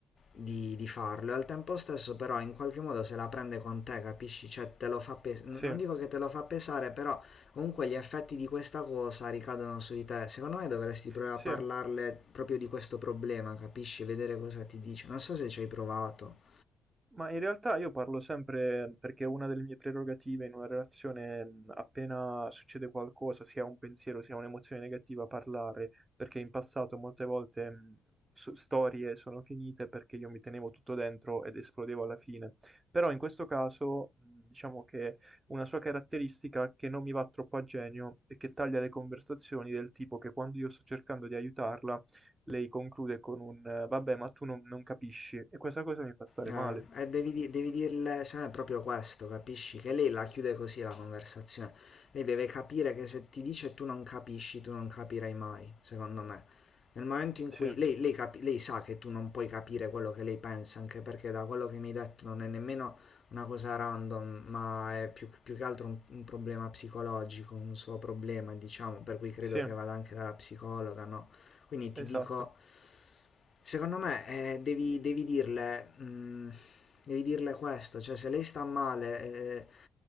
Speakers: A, on the left; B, on the right.
A: di, di farlo. E al tempo stesso però in qualche modo se la prende con te, capisci? Cioè te lo fa pesare, non
B: sì,
A: dico che te lo fa pesare, però comunque gli effetti di questa cosa ricadono su di te. Secondo me dovresti provare
B: sì.
A: a parlarle proprio di questo problema, capisci? Vedere cosa ti dice. Non so se ci hai provato.
B: Ma in realtà io parlo sempre perché una delle mie prerogative in una relazione, mh, appena succede qualcosa, sia un pensiero sia un'emozione negativa, parlare, perché in passato molte volte mh, so- storie sono finite perché io mi tenevo tutto dentro ed esplodevo alla fine. Però in questo caso, mh, diciamo che una sua caratteristica che non mi va troppo a genio è che taglia le conversazioni del tipo che quando io sto cercando di aiutarla, lei conclude con un eh, vabbè, ma tu non non capisci, e questa cosa mi fa stare
A: Eh,
B: male.
A: e devi, di- devi dirle, se no è proprio questo, capisci? Che lei la chiude così la conversazione. Lei deve capire che se ti dice e tu non capisci, tu non capirai mai, secondo me. Nel momento in cui
B: Sì,
A: lei, lei capi- lei sa che tu non puoi capire quello che lei pensa, anche perché da quello che mi hai detto non è nemmeno una cosa random, ma è più, più che altro un, un problema psicologico, un suo problema, diciamo, per cui credo
B: sì,
A: che vada anche dalla psicologa, no? Quindi ti
B: esatto.
A: dico Secondo me eh, devi, devi dirle, mm, devi dirle questo, cioè se lei sta male eh,